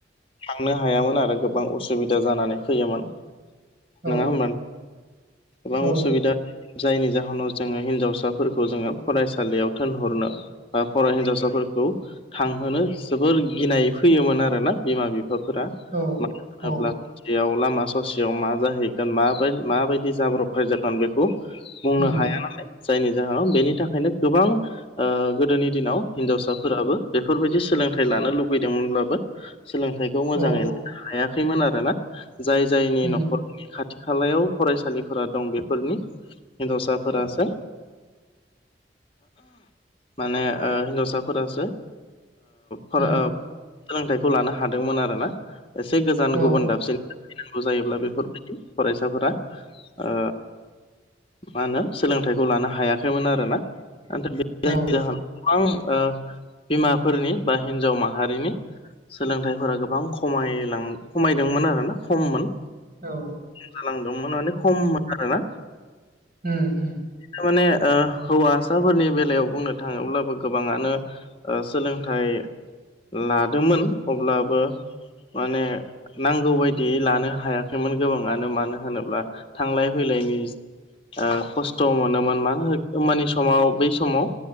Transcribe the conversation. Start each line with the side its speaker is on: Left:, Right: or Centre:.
Left: थांनो हायामोन आरो गोबां उसुबिदा जानानै फैयोमोन।
Right: औ
Left: नङा होमबा गोबां
Right: औ
Left: उसुबिदा जायनि जाहोनाव जोङो हिनजावसाफोरखौ जोङो फरायसालियाव थोनहरनो बर' हिन्जावसाफोरखौ थांहोनो जोबोर गिनाय फैयोमोन आरोना बिमा बिफाफोरा।
Right: औ
Left: मानो होनोब्ला
Right: औ
Left: ससेयाव लामा ससेयाव मा जाहैगोन म माबायदि जाब्रबथाय जागोन बेखौ बुंनो
Right: उम
Left: हाया नालाय जायनि जाहोनाव बेनि थाखायनो गोबां गोदोनि दिनाव हिनजावसा फोराबो बेफोरबायदि सोलोंथाइ लानो लुबैदोंमोनब्लाबो सोलोंथाइखौ मोजाङै
Right: औ औ
Left: हायाखैमोन आरोना जाय जायनि
Right: उम
Left: न'खर खाथि खालायाव फरायसालिफोरा दं बेफोरनि हिनजावसाफोरासो माने ओ हिन्जावसा फोरासो सोलोंथाइखौ
Right: उम
Left: लानो हादोंमोन आरोना एसे गोजान
Right: औ
Left: गुबुन दाबसेनि फैनांगौ जायोब्ला बेफोरबायदि फरायसाफोरा ओ मा होनो सोलोंथाइखौ लानो हायाखैमोन आरोना <unintelligible> जायनि
Right: औ औ
Left: जाहोनाव गोबां ओ बिमाफोरनि बा हिन्जाव माहारिनि सोलोंथाइफोरा गोबां खमायलां खमायदोंमोन आरो ना खममोन
Right: औ
Left: जालांदोंमोन माने खममोन आरोना
Right: उम उम
Left: ओ माने हौवासाफोरनि बेलायाव बुंनो थाङोब्लाबो गोबाङानो सोलोंथाइ लादोंमोन अब्लाबो माने नांगौ बायदियझ लानो हायाखैमोन गोबाङानो मानो होनोब्ला थांलाय फैलायनि ओ खस्थ' मोनोमोन मानो होमबानि समाव बै समाव